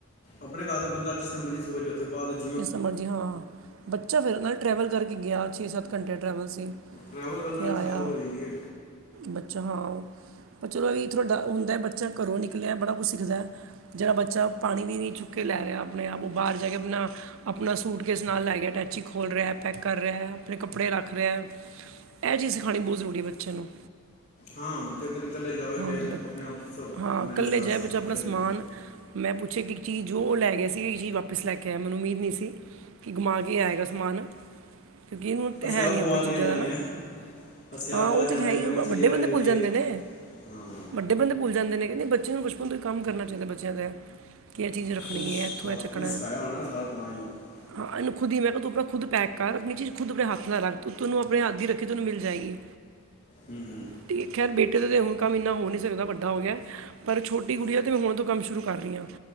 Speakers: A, on the left (about 45°); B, on the right (about 60°).
A: ਆਪਣੇ ਘਰ ਤੇ ਬੰਦਾ ਜਿਸ ਟੈਮ ਮਰਜੀ ਸੋ ਜੇ ਅਤੇ ਬਾਦ ਚ
B: ਜਿਸ ਤਰਾ ਮਰਜ਼ੀ ਹਾਂ ਬੱਚਾ ਫੇਰ ਨਾ ਟਰੈਵਲ ਕਰਕੇ ਗਿਆ ਛੇ ਸੱਤ ਘੰਟੇ ਟਰੈਵਲ ਸੀ।
A: ਟਰੈਵਲ ਕਰਨ ਨਾਲ
B: ਫਿਰ
A: ਵੀ ਥਕਾਵਟ
B: ਆਇਆ
A: ਹੋ ਜਾਂਦੀ ਐ।
B: ਬੱਚਾ ਹਾਂ ਪਰ ਚਲੋ ਐਵੀ ਤਾਡਾ ਹੁੰਦਾ ਬੱਚਾ ਘਰੋਂ ਨਿਕਲਿਆ ਬੜਾ ਕੁਛ ਸਿੱਖਦਾ। ਜੇੜਾ ਬੱਚਾ ਪਾਣੀ ਵੀ ਨੀ ਚੁੱਕ ਕੇ ਲੈ ਰਿਆ ਅਪਣੇ ਆਪ ਉਹ ਬਾਰ ਜਾ ਕੇ ਅਪਣਾ ਆਪਣਾ ਸੂਟ ਕੇਸ ਨਾਲ ਲੈ ਗਐ। ਅਟੈਚੀ ਖੋਲ ਰੇਯੈ, ਪੈਕ ਕਰ ਰੇਯੈ, ਆਪਣੇ ਕੱਪੜੇ ਰੱਖ ਰੇਯੈ। ਏਹ ਚੀਜ਼ ਸਖਾਣੀ ਬੋਤ ਜ਼ਰੂਰੀ ਏ ਬੱਚਿਆਂ ਨੂੰ।
A: ਹਾਂ ਜੇ ਕਿਤੇ ਕੱਲੇ ਜਾਓਗੇ
B: ਹਾਂ
A: ਤੇ
B: ਬੱਚ-
A: ਆਪਣੇ ਆਪ ਸਭ
B: ਹਾਂ
A: ਮੈਨੇਜ
B: ਇਕੱਲੇ
A: ਕਰ
B: ਜਾਏ
A: ਸਕੇ
B: ਬੱਚਾ ਆਪਣਾ
A: ਸਹੀ
B: ਸਮਾਨ
A: ਏ।
B: ਮੈਂ ਪੁੱਛਿਆ ਕਿ ਇੱਕ ਚੀਜ਼ ਜੋ ਉਹ ਲੈ ਗਿਆ ਸੀ ਇਹ ਚੀਜ਼ ਵਾਪਿਸ ਲੈ ਕੇ ਆਯੈ। ਮੈਨੂੰ ਉਮੀਦ ਨੀ ਸੀ ਕਿ ਗੁਮਾ ਕੇ ਆਏਗਾ ਸਮਾਨ। ਕਿ ਇਨੂੰ ਤੇ
A: ਅਸੀਂ
B: ਹੈ
A: ਆਪ
B: ਨੀ
A: ਗਵਾਨੇ
B: ਆਪਣੀ ਚੀਜ਼ਾਂ
A: ਜਾਂਦੇ
B: ਦਾ ਨਾ
A: ਆ ਅਸੀਂ ਆਪ
B: ਹਾਂ
A: ਬਾਹਰ
B: ਉਹ ਤੇ
A: ਜਾਂਦੇ
B: ਹੈ
A: ਹਾਂ
B: ਹੀ
A: ਕੋਈ
B: ਔ
A: ਨਾ
B: ਤਾਂ
A: ਚੀਜ਼
B: ਵੱਡੇ
A: ਰਹਿ
B: ਬੰਦੇ
A: ਜਾਂਦੀ
B: ਭੁੱਲ ਜਾਂਦੇ
A: ਹੈ
B: ਨੇ
A: ਹਾਂ
B: ਵੱਡ ਵਡੇ ਬੰਦੇ ਭੁੱਲ ਜਾਂਦੇ ਨੇ। ਕਹੰਦੇ ਬੱਚੇ ਨੂੰ ਬਚਪਨ ਤੋਂ ਹੀ ਕੰਮ ਕਰਨਾ ੳਹ ਤੇ ਬੱਚਿਆਂ ਦੈ ਕਿ ਏਹ ਚੀਜ਼ ਤੇ
A: ਤੁਸੀਂ
B: ਰੱਖਣੀ
A: ਸ-
B: ਏ ਇੱਥੋਂ ਇਹ ਚੱਕਣਾ ਏ
A: <unintelligible>
B: ਹਾਂ ਏਨੂੰ ਖੁਦ ਈ ਮੈਂ ਕਿਹਾ ਤੂੰ ਤਾ ਖੁਦ ਪੈਕ ਕਰ, ਆਪਣੀ ਚੀਜ਼ ਖੁਦ ਦੇ ਹੱਥ ਨਾਲ ਰੱਖ। ਤੈਨੂੰ ਆਪਣੇ ਹੱਥ ਦੀ ਰੱਖੀ ਤੈਨੂੰ ਮਿਲ ਜਾਏਗੀ।
A: ਹੂੰ- ਹੂੰ।
B: ਤੇ ਖੈਰ ਬੇਟੇ ਦਾ ਤੇ ਹੁਣ ਕੰਮ ਇੰਨਾ ਹੋ ਨੀ ਸਕਦਾ ਵੱਡਾ ਹੋ ਗਯੈ। ਪਰ ਛੋਟੀ ਗੁੱਡੀਆ ਤੇ ਮੈਂ ਹੁਣ ਤੋਂ ਕੰਮ ਸ਼ੁਰੂ ਕਰ ਰੀ ਆ।